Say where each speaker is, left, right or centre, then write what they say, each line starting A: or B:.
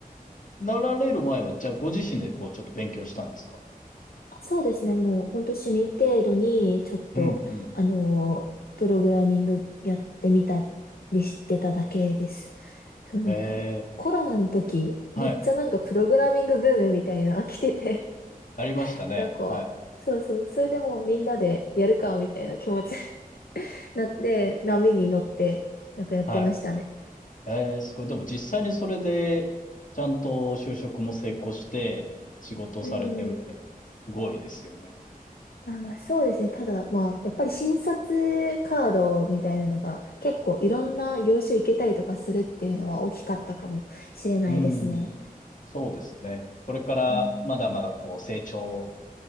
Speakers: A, on the left (about 60°); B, on the left (about 85°).
A: なられる前は、じゃあご自身でこうちょっと勉強したんですか
B: そうですね。もう本当趣味程度に、ちょっと、
A: うんうん。
B: あのー、プログラミングやってみたりしてただけです。そう、なんか、
A: ええ、
B: コロナの時、
A: はい。
B: めっちゃなんかプログラミングブームみたいな、来てて、
A: ありましたね。
B: <laughs> なんか、
A: はい。
B: そうそう、それでもうみんなでやるか、みたいな気持ちになって、波に乗って、なんかやってましたね。
A: はい。ええ、すごい。でも実際にそれで、ちゃんと就職も成功して、仕事をされてるっていう
B: うん。
A: のが、すごいですよね。
B: あ、そうですね。ただ、まあ、やっぱり新卒カードみたいなのが結構いろんな業種行けたりとかするっていうのは大きかったかもしれないですね。
A: うん。そうですね。これからまだまだこう成長
B: うん、